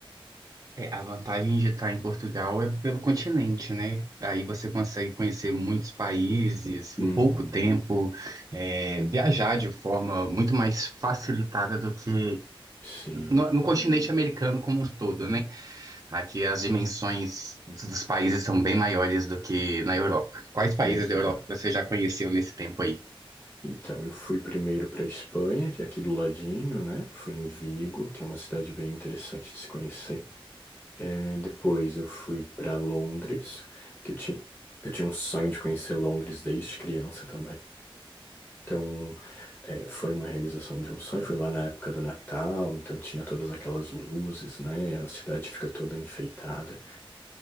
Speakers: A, on the right; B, on the left.
A: É, a vantagem de estar em Portugal é pelo continente, né? Aí você consegue conhecer muitos países
B: Uhum,
A: em pouco tempo, é, viajar de forma muito mais facilitada do que
B: sim,
A: no, no continente americano como um todo, né? Aqui as dimensões dos dos países são bem maiores do que na Europa. Quais países
B: exato.
A: da Europa você já conheceu nesse tempo aí?
B: Então, eu fui primeiro para Espanha, que é aqui do ladinho, né? Fui em Vigo, que é uma cidade bem interessante de se conhecer. É, depois eu fui para Londres, que eu tinha, eu tinha um sonho de conhecer Londres desde criança também. Então, é, foi uma realização de um sonho. Fui lá na época do Natal, então tinha todas aquelas luzes, né? A cidade fica toda enfeitada.